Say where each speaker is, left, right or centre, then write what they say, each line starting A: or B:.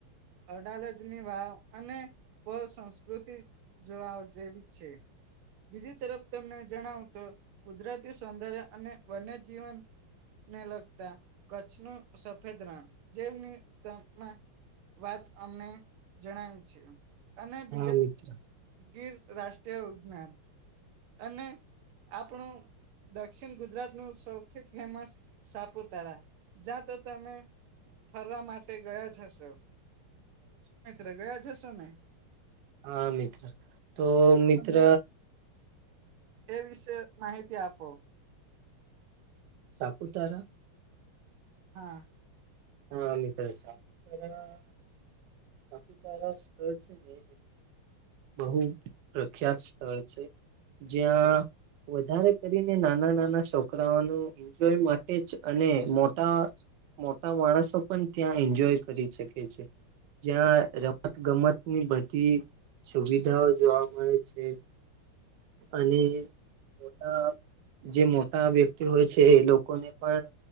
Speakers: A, on the right (about 80°); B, on the right (about 65°).
A: અડાલજની વાવ અને પ સંંસ્કૃતિ જોવાઓ જેવી છે બીજી તરફ તમને જણાવ તો કુદરતી સૌંદર્ય અને વન્ય જીવન ને લગતા કચ્છ નું સફેદ રણ જેમની તરૂણતા વાત અમને જણાવી છે અને
B: હા
A: બીજા
B: મિત્ર
A: ગીર રાષ્ટ્રીય ઉદ્યાાન અને આપણું દક્ષિણ ગુજરાત નું સૌથી ફેમસ સાપુતારા જ્યાં તો તમે ફરવા માટે ગયા જ હશો મિત્ર ગયા જ હશો ને
B: હા મિત્ર તો મિત્ર
A: તમે એ વિશે માહિતી આપો.
B: સાપુતારા.
A: હા.
B: હા મિત્ર, સાપુતારા સાપુતારા સ્તળ છે ને. બહુ પ્રખ્યાત સ્થળ છે જ્યાં વધારે કરીને નાના નાના છોકરાઓનું એન્જોય માટે જ અને મોટા મોટા માણસો પણ ત્યાં એન્જોય કરી શકે છે. જ્યાં રમત ગમત ની બધી સુવિધાઓ જોવા મળે છે, અને મોટા જે મોટા વ્યક્તિ હોય છે એ લોકોને પણ,